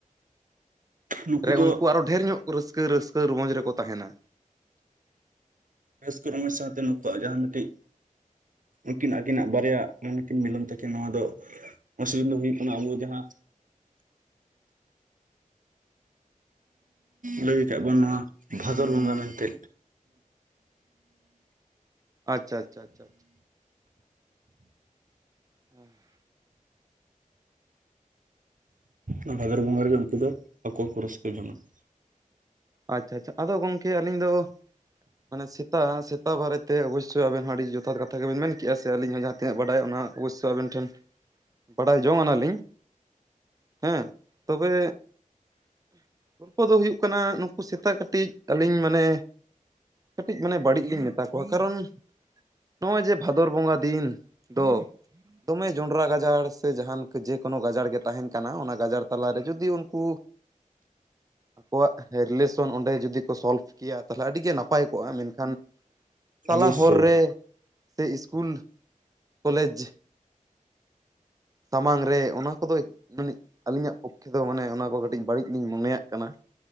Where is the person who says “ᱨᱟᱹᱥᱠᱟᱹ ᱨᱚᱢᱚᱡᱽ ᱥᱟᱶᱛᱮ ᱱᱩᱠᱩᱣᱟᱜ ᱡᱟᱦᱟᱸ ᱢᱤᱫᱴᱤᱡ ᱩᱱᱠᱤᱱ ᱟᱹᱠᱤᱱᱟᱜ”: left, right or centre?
Right